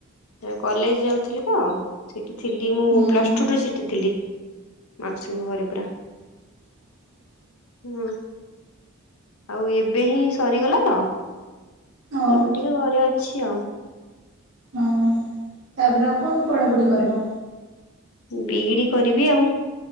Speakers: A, on the left; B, on the right.
A: ତ କଲେଜ ଯାଉଥିଲି ତ ସେ ଥିଲି ମୁଁ
B: ହୁଁ
A: ପ୍ଲସ ଟୁ ଠୁ ସେଠିଥିଲି। ମାଉସିଙ୍କ ଘରେ ପୁରା।
B: ହ <inaudible>
A: ହୁଁ ଆଉ ଏବେ ହିଁ ସରିଗଲା ତ।
B: ଓ
A: ଏବେ ଟିକେ ଘରେ ଅଛି ଆଉ।
B: ହଁ ତାପରେ ଆଉ କଣ ପଢ଼ାପୁଢ଼ି କରିବ?
A: ବି ଇ ଡି କରିବି ଆଉ।